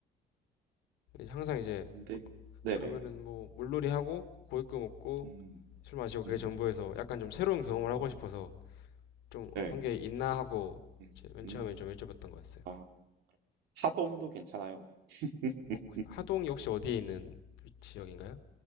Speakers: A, on the left (about 85°); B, on the right (about 85°).
A: 항상 이제
B: 근데 네네.
A: 가면은 뭐 물놀이 하고 고기구 먹고
B: 음.
A: 술 마시고 그게
B: 음.
A: 전부에서 약간 좀 새로운 경험을
B: 음.
A: 하고 싶어서 좀
B: 네.
A: 어떤 게 있나 하고
B: 음.
A: 이제 맨
B: 음.
A: 처음에 좀 여쭤봤던 거였어요.
B: 아 하동도 괜찮아요. <laughs>
A: 어, 하동이 혹시 어디에 있는 지역인가요?